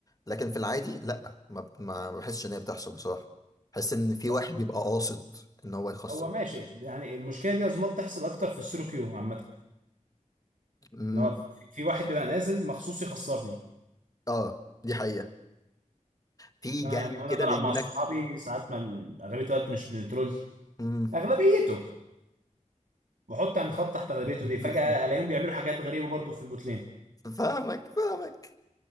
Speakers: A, on the left; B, on the right.
A: لكن في العادي لا ما ب- ما بحسش ان هي بتحصل بصراحه بحس ان في
B: هو
A: واحد <laughs> بيبقى قاصد ان هو يخسر
B: هو ماشي يعني المشكله دي اظن بتحصل اكتر في السولو كيو عامه
A: امم
B: ان هو في في واحد بيبقى نازل مخصوص يخسرني
A: اه دي حقيقه في
B: انا
A: جاي
B: يعني وانا
A: كده
B: بلعب
A: بيجي
B: مع
A: لك
B: صحابي ساعات ما اغلبيه الوقت مش بنترول
A: امم
B: اغلبيته بحط يعني خط تحت اغلبيته
A: <laughs>
B: دي فجاه الاقيهم بيعملوا حاجات غريبه برضو في البوتلين
A: فاهمك فاهمك